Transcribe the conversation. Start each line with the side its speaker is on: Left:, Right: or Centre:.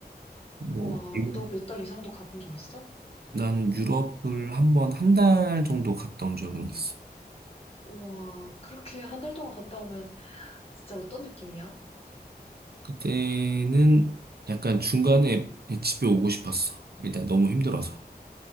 Right: 뭐
Left: 우와,
Right: 미국,
Left: 너 몇 달 이상도 가본 적 있어?
Right: 나는 유럽을 한번 한 달 정도 갔다 온 적은 있어.
Left: 우와, 그렇게 한 달 동안 갔다 오면 진짜 어떤 느낌이야?
Right: 그때는 약간 중간에 집에 오고 싶었어. 일단 너무 힘들어서.